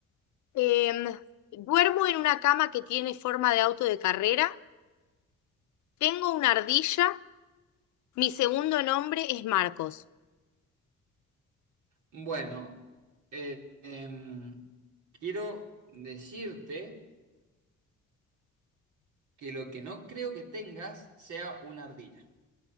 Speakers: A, on the left (about 70°); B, on the right (about 80°).
A: Em, duermo en una cama que tiene forma de auto de carrera. Tengo una ardilla. Mi segundo nombre es Marcos.
B: Bueno, eh, em, quiero decirte que lo que no creo que tengas sea una ardilla.